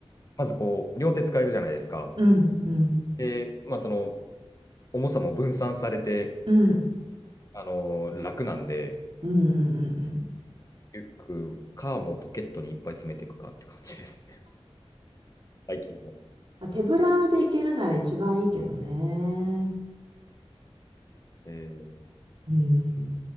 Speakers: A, on the left; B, on the right.
A: まずこう、両手使えるじゃないですか。
B: うん、うん、
A: で、まあその、重さも分散されて、
B: うん、
A: あのー楽なんで、
B: うん、うん、うん、うん。
A: リュックか、もうポケットにいっぱい詰めていくかって感じですね、最近は。
B: まあ手ぶらで行けるなら一番いいけどね。
A: えー
B: うん。